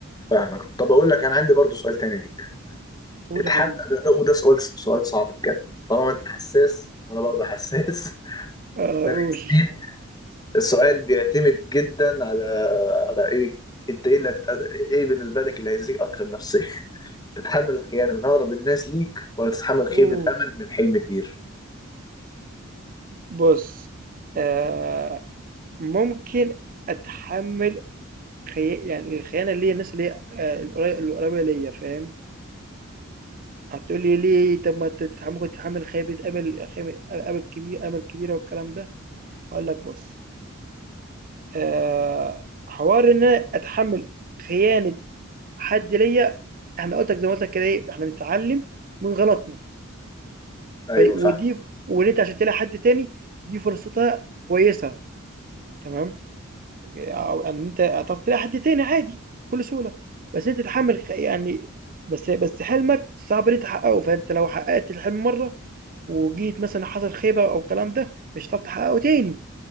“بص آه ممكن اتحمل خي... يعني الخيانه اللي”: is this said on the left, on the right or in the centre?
Right